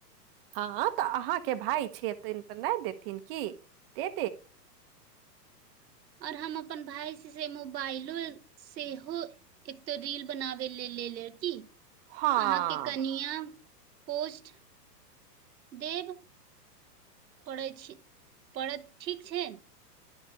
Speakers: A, on the right; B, on the right.
A: हँ तऽ अहाँके भााय छियथिन तऽ नहि देथिन की दे
B: आओर हम अपन भाय से मोबाइलो सेहो एक तऽ रील बनाबे ल लेले ती
A: हँ।
B: अहाँके कनियाँ पोस्ट देब पड़ै छी पड़त ठीक छै